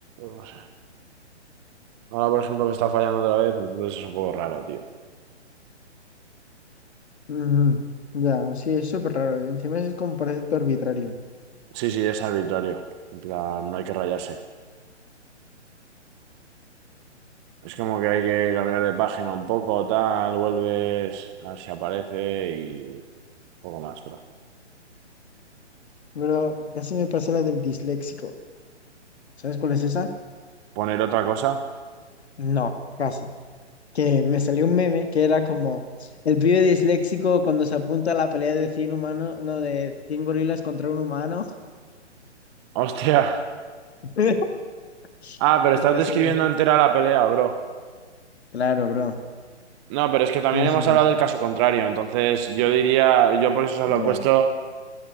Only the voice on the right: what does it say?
No sé. Ahora, por ejemplo, me está fallando otra vez, entonces es un poco raro, tío.
Sí, sí, es arbitrario. En plan, no hay que rayarse. Es como que hay que cambiar de página un poco, tal, vuelves, a ver si aparece y poco más, pero.
Poner otra cosa.
<laughs> Hostia.
Ah, pero
estás
describiendo entera la pelea, bro.
No, pero es que también
hemos
hablado del caso contrario, entonces yo diría, yo por eso solo
he puesto